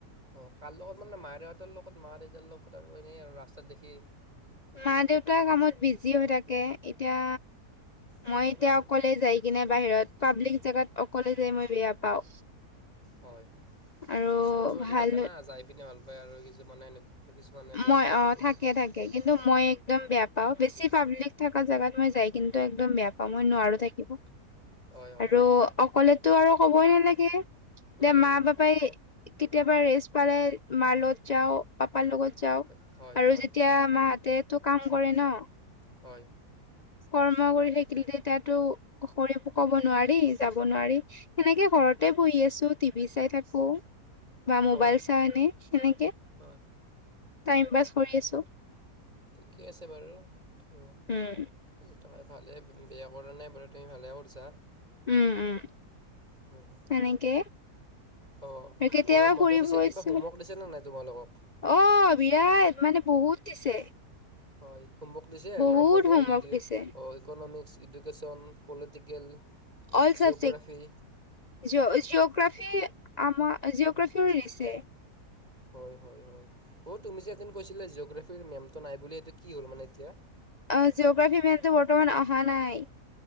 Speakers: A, on the right; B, on the left.
A: অ কাৰ লগত মানে মাইৰে হঁতৰ লগত মা দেউতাৰ লগত আৰু এনেই আৰু ৰাস্তাত দেখি।
B: মা দেউতা কামত বিজি হৈ থাকে এতিয়া।
A: অ'
B: মই এতিয়া অকলে যাই কিনে বাহিৰত পাব্লিক জেগাত অকলে যাই মই বেয়া পাওঁ।
A: হয় হয়
B: আৰু
A: কিছুমান ছোৱালী
B: ভাল
A: থাকে না যাই পিনে ভাল পায় আৰু কিছুমানে সেনে। কিছুমানে বেয়া
B: মই
A: পায়
B: অ',
A: বাৰু।
B: থাকে থাকে কিন্তু মই একদম বেয়া পাওঁ বেছি পাব্লিক থাকা জেগাত মই যাই কিন্তু একদম বেয়া পাওঁ মই নোৱাৰোঁ থাকিব।
A: হয় হয়
B: আৰু অকলেতো আৰু কবই নালাগে। এতিয়া
A: উম
B: মা পাপাই কেতিয়াবা ৰেষ্ট পালে মাৰ লগত যাওঁ পাপাৰ লগত। যাওক,
A: হয় হয়
B: আৰু
A: হয়
B: যেতিয়া মাহঁতে টো কাম কৰে ন।
A: হয়।
B: কৰ্ম কৰি থাকিলে তাতো কৰি ক'ব নোৱাৰি যাব নোৱাৰি। সেনেকে ঘৰতে বহি আছোঁ টিভি চাই থাকোঁ। বা মোবাইল
A: হয়
B: চাওঁ এনে সেনেকে
A: হয়
B: টাইম পাছ কৰি আছোঁ।
A: ঠিকেই আছে বাৰু সেইটো।
B: হুম।
A: কৰি থাকা ভালে বেয়া কৰা নাই বাৰু তুমি ভালে কৰিছা।
B: উম উম।
A: হুম।
B: সেনেকে
A: অঁ
B: আৰু কেতিয়াবা
A: গৰম বন্ধৰ
B: ফুৰিব
A: পিছে কিবা
B: ইচ্ছা
A: হোমৱৰ্ক দিছে নে নাই তোমালোকক?
B: অ বিৰাট মানে বহুত দিছে।
A: হয় হোমৱৰ্ক দিছে
B: বহুত
A: গৰম বন্ধৰ
B: হোমৱৰ্ক
A: এই যে
B: দিছে
A: অ economics. Education, political.
B: All
A: Geography
B: subject. geo, geography, আমাৰ জিঅ'গ্ৰাফীও দিছে।
A: হয়, হয়, হয়, অ, তুমি যে এক দিন কৈছিলা জিঅ'গ্ৰাফীৰ মেমটো নাই বুলি এইটো কি হ'ল মানে এতিয়া।
B: অঁ, জিঅ'গ্ৰাফীৰ মেমটো বৰ্তমান অহা নাই।